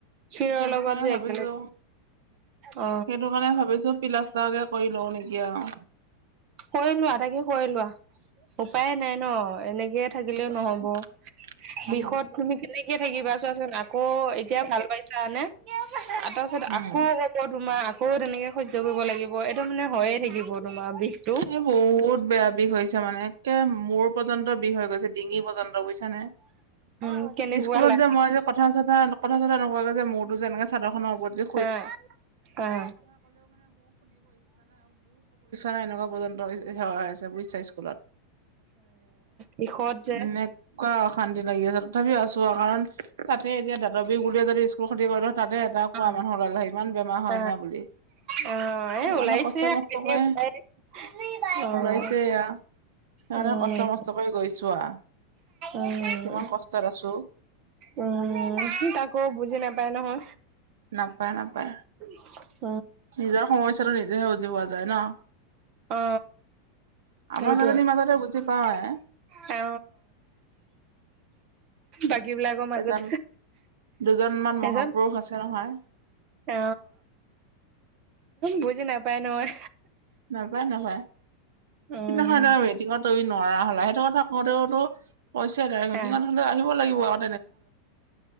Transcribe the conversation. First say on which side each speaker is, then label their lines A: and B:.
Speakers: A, on the right; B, on the right.
A: শিৰৰ
B: সেইটো
A: লগত
B: কাৰণে
A: যে
B: ভাবিছো
A: একেলগে। অ
B: সেইটো কাৰণে ভাবিছোঁ। প্লাষ্টাৰকে কৰি লওঁ নেকি আওঁ।
A: কৰি লোৱা তাকে কৰি লোৱা উপায়ে নাই নহ এনেকেই থাকিলেও
B: উপায়
A: নহব।
B: নাই নহ'ব
A: বিষত তুমি কেনেকে থাকিবা চোৱাচোন আকৌ এতিয়া ভাল পাইছানে। আৰু তাৰপিছত
B: উম
A: আকৌ হ'ব তোমাৰ আকৌ তেনেকে সহ্য কৰিব লাগিব এইটো মানে হয়য়ে থাকিব। তোমাৰ বিষটো
B: এই বহুত বেয়া বিষ হৈছে মানে একে মূৰ পৰ্যন্ত বিষ হৈ গৈছে। ডিঙি পৰ্যন্ত বুইছানে
A: উম কেনেকুৱা
B: স্কুলত
A: লাগে
B: যে মই যে কথা। কথা চথা কথা চথা নোকোৱাকে যে মূৰতো এনেকে চাদৰ। খনৰ ওপৰত যে।
A: হা আহ
B: নাই এনেকুৱা পৰ্যন্ত এই এই সেৱা আছে বুইছা স্কুলত।
A: বিষত যে
B: এনেকুৱা অশান্তি লাগি আছে। তথাপিও আছোঁ আৰু কাৰণ তাতে এতিয়া দাঁতৰ বিষ বুলি যদি স্কুল ক্ষতি কৰোঁ। তাতে এটা কোৱা
A: অ
B: মানুহ ওলাল হৈ ইমান বেমাৰ হয়
A: অ
B: না বুলি।
A: অ', এ
B: <unintelligible>
A: ওলাইছে
B: কষ্ট-মষ্ট
A: এনে
B: কৰে।
A: ওলাই অ',
B: ওলাইছে এয়া সেইকাৰণে
A: উম।
B: কষ্ট-মষ্ট কৰি গৈছোঁ আ।
A: উম,
B: কিমান কষ্টত আছোঁ।
A: উম, সি কাকো বুজি নাপায় নহয়।
B: নাপায় নাপায়।
A: <unintelligible>
B: নিজৰ সমস্যাটো নিজেহে বুজি পোৱা যায় নহ।
A: অ।
B: আমাৰ
A: সেইটোৱে
B: কেইজনীৰ মাজতে বুজি পাওঁৱে
A: অ। বাকী বিলাকৰ মাজত
B: এজন দুজনমান মহাপুৰুষ
A: এজন।
B: আছে নহয়
A: অ। বুজি নাপায় নহয়।
B: নাপাই নাপাই
A: উম।
B: সিদিনাখন এটা ৱেটিঙত নোৱাৰা হ'লা সেইটো কথা কওঁতেওঁটো কৈছে তাই মিটিঙত
A: আহ,
B: হ'লে আহিব লাগিব আ